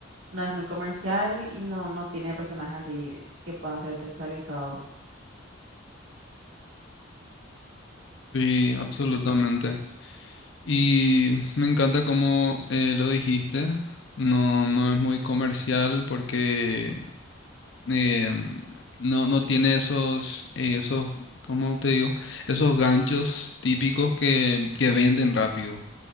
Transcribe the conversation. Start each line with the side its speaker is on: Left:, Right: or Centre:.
Right: no es muy comercial y no, no tiene personajes así que puedan ser sexualizados.
Left: Sí, absolutamente. Y me encanta cómo eh, lo dijiste. No, no es muy comercial porque eh, no, no tiene esos, eh, esos, ¿cómo te digo? Esos ganchos típicos que, que venden rápido.